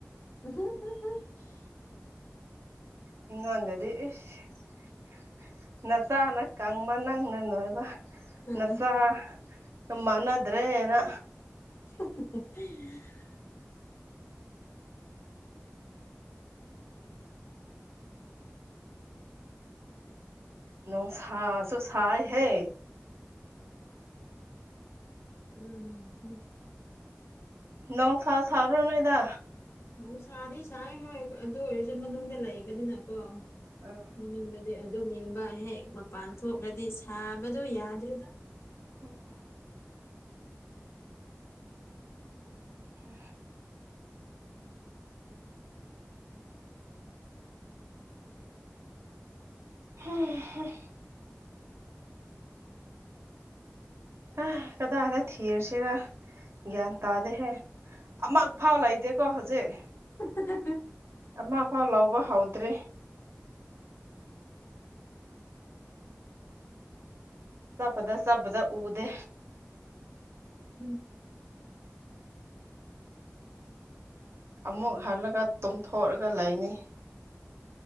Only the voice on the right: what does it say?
ꯑꯩꯉꯣꯟꯗꯗꯤ ꯏꯁ‌‌ꯅꯆꯥꯅ ꯀꯪꯕ ꯅꯪꯅ ꯅꯣꯏꯕ꯫
ꯅꯆꯥꯒ
ꯃꯥꯟꯅꯗ꯭ꯔꯦꯅ
ꯅꯣꯡꯁꯁꯨ‌ꯁꯥꯏ ꯍꯦ
ꯅꯣꯡ ꯁꯥ ꯁꯥꯕ꯭ꯔꯣ ꯅꯣꯏꯗ
ꯑꯥ
ꯎꯝ ꯎꯝ ꯍꯦ ꯑꯥ ꯀꯗꯥꯏꯗ ꯊꯤꯔꯁꯤꯒ ꯒ꯭ꯌꯥꯟ ꯇꯥꯗꯦꯍꯦ ꯑꯃꯨꯛ ꯐꯥꯎ ꯂꯩꯇꯦꯀꯣ ꯍꯧꯖꯤꯛ
ꯑꯃ ꯐꯥꯎ ꯂꯧꯕ ꯍꯧꯗ꯭ꯔꯤ ꯆꯞꯄꯗ ꯆꯞꯄꯗ ꯎꯗꯦ
ꯑꯃꯨꯛ ꯍꯜꯂꯒ ꯇꯨꯝꯊꯣꯛꯑꯒ ꯂꯩꯅꯤ